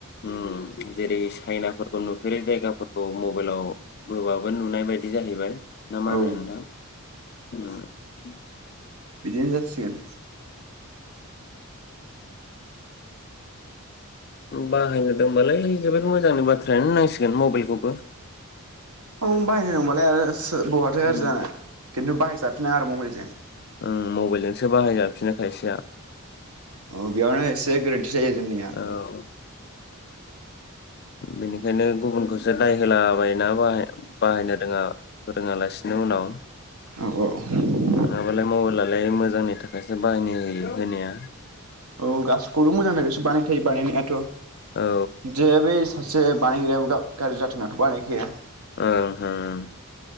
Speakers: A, on the left; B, on the right.
A: ओम जेरै चाइना फोरखौ नुफेरै जायगा फोरखौ मबाइलाव बोबाबो नुनाय बायदि जाहैबाय। ना मा
B: औ
A: होनो नोंथां? <inaudible>
B: बिदिनो जासि गोन।
A: बाहाय होदों बालाय जोबोद मोजांनि बाथ्रायानो होननां सिगोन मबाइल खौबो।
B: औ बाहायनो रोंबालाय आरो सो बहाथो' गाज्रि
A: उम
B: जानो खिन्थु बाहाय जाफिना आरो मबाइलजोंष
A: ओम मबाइल जोंसो बाहाय जाफिनो खायसेआ।
B: औ बेयावनो एसे गोरोन्थि जायो जोंनिया।
A: औ <inaudible> बेनिखायनो गुबुनखौसो दाय होलाबायनााहाय बाहायनो रोङा रोङालासिनो उनाव
B: औ औ <inaudible>
A: नङाबालाय मबाइलालाय मोजांनि थाखायसो बाहायनो होयो होनाया
B: औ गासैखौबो मोजांनि थाखायसो बानायखायो बानायनायाथ'
A: औ
B: जे बे सासे बानायग्रायाबो गाज्रि जाथों होनाथ' बानायखाया
A: हुम हुम